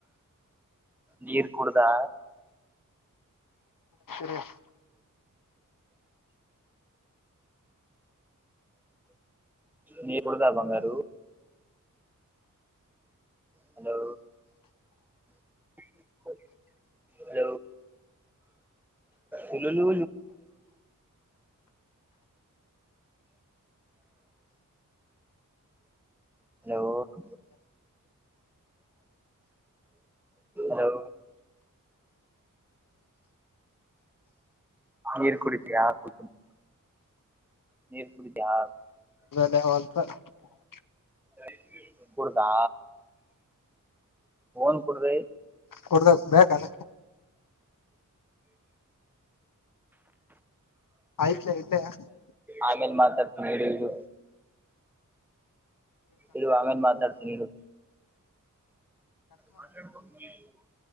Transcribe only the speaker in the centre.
ನೀರು ಕುಡದಾ
ನೀ ಕೊಡದಾ ಬಂಗಾರ ಹಲೋ <unintelligible> ಲ ಹಲೋ ಹ <inaudible> ಹಲೋ ಹಲೋ ನೀರ್ ಕುಡಿತಿ ಯಾ ಕು ನೀರ್ ಕುಡಿತ ಯಾ
ನೇರ್ ಕುಡದಾ ನ್ ಕುಡ್ದ
ಆಮೇಲೆ ಮಾತಾಡ್ತೀನಿ ಹೇಳದು ಇರು ಆಮೇಲೆ ಮಾತಾಡ್ತೀನಿ ಇ ಆ <unintelligible>